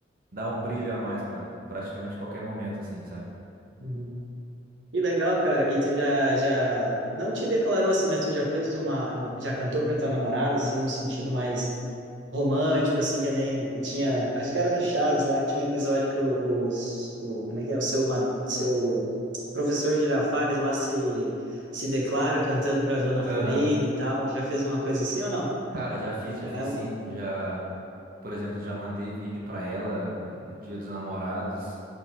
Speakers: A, on the right; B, on the right.
A: dá um brilho a mais pra praticamente qualquer momento, assim, sabe?
B: uhum. Que legal, cara. E tu já, já não te declarou assim, mas tu já fez uma, uma- já cantou pra tua namorada assim num sentido mais romântico assim, que nem tinha, acho que era no Chaves lá que tinha um episódio que o, os- o como é que é, o seu ma- seu professor Girafales lá se se declara cantando pra Dona
A: Aham.
B: Florinda e tal. Já fez uma coisa assim ou não?
A: Cara, já fiz, já
B: Pra
A: fiz
B: ela?
A: sim. Já, por exemplo, já mandei vídeo pra ela uh, no Dia dos Namorados,